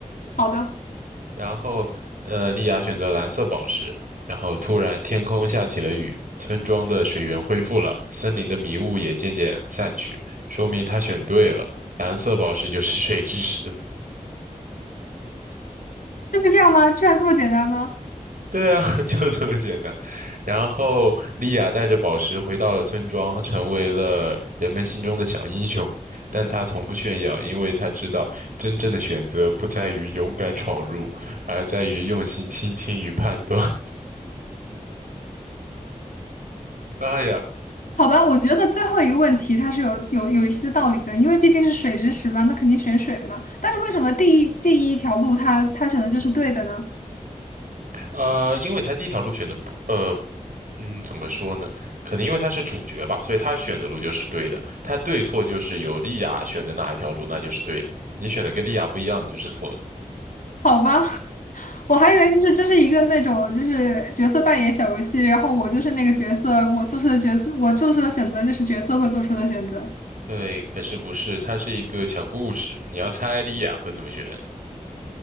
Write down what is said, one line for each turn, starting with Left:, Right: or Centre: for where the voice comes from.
Left: 好的，
Right: 然后，呃，莉亚选择蓝色宝石，然后突然天空下起了雨，村庄的水源恢复了，森林的迷雾也渐渐散去，说明他选对了，蓝色宝石就是水之石。
Left: 就是这样吗？居然这么简单吗？
Right: 对啊，<laughs> 就这么简单。然后，莉亚带着宝石回到了村庄，成为了人们心中的小英雄。但她从不炫耀，因为她知道真正的选择不在于勇敢闯入，而在于用心倾听与判断。<laughs> 哎呀，
Left: 好吧，我觉得最后一个问题它是有有有一些道理的，因为毕竟是水之石嘛，那肯定选水嘛。但是为什么第一第一条路它它选的就是对的呢？
Right: 呃，因为她第一条路选的不，呃，嗯，怎么说呢？可能因为她是主角吧，所以她选的路就是对的。她对错就是由莉亚选的哪一条路，那就是对的。你选的跟莉亚不一样，你就是错的。
Left: 好吧，<laughs> 我还以为就是这是一个那种就是角色扮演小游戏，然后我就是那个角色，我做出的角色，我做出的选择就是角色会做出的选择。
Right: 对，可是不是，它是一个小故事，你要猜莉亚会怎么选，